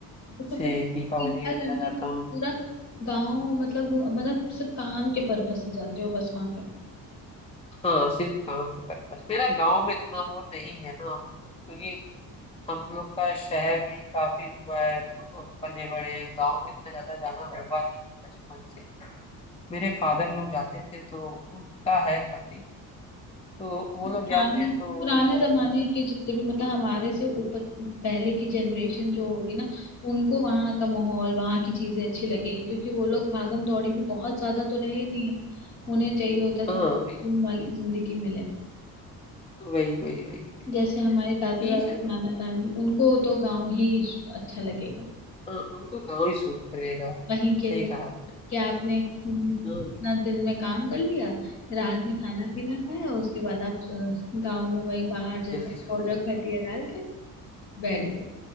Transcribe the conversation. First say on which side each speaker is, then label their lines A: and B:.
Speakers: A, on the left; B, on the left.
A: तो, तो फिर
B: से
A: तीन
B: दीपावली
A: चार
B: में
A: घंटे
B: चला जाता
A: में
B: हूँ
A: आप पूरा गांव मतलब घू- मतलब सिर्फ काम के पर्पस से जाते हो बस वहां पे
B: हाँ सिर्फ काम के पर्पस मेरा गांव में इतना वो नहीं है ना क्योंकि हम लोग का शहर में ही काफी हुआ है प- पले बड़े हैं गांव में इतना ज्यादा जाना हुआ नहीं है बचपन से मेरे फादर लोग जाते थे तो उनका है काफी तो वो
A: पुराने
B: लोग जाते हैं तो वो
A: पुराने
B: लोग थोड़ा
A: जमाने
B: सा
A: के जितने भी मतलब हमारे से ऊपर पहले की जनरेशन जो होगी ना उनको वहाँ का माहौल वहाँ की चीजें अच्छी लगेंगी क्योंकि वो लोग भागम दौड़ी में बहुत ज्यादा तो रहे नहीं है उन्हें चाहिए होता है
B: हाँ
A: थोड़ा सुकून
B: वही
A: वाली जिंदगी मिले
B: वही वही वही वही
A: जैसे हमारे दादा
B: ठीक
A: दादी
B: है
A: नाना नानी उनको तो गांव ही अच्छा लगेगा
B: हाँ, उनको गाँव ही सूट करेगा
A: वहीं के
B: सही
A: लोग
B: कहा आपने
A: क्या आपने हम्म,
B: हाँ हाँ,
A: अपना दिन में काम कर लिया रात में खाना पीना खाया उसके बाद आप अ, गांव में वही बाहर जैसे
B: जल्दी सो
A: ऑर्डर
B: गए
A: खटिया डाल के बैठ गए